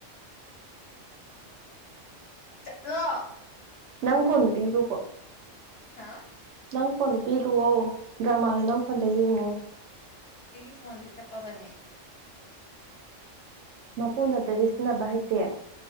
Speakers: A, on the left (about 60°); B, on the right (about 70°).
A: ꯂ
B: ꯅꯪ ꯐꯣꯟꯗꯨ ꯄꯤꯒꯣꯀꯣ
A: ꯍꯥꯥ
B: ꯅꯪ ꯐꯣꯟꯗꯣ ꯄꯤꯈꯣ ꯗ꯭ꯔꯃꯥꯗ ꯅꯪ ꯐꯣꯟꯗ ꯌꯦꯡꯉꯣꯏ
A: ꯑꯩꯒꯤ ꯐꯣꯟꯁꯦ ꯆꯠꯄꯕꯅꯦ
B: ꯃꯄꯨꯅꯠꯇꯗꯤ ꯁꯤꯖꯤꯟꯅꯕ ꯍꯩꯇꯦ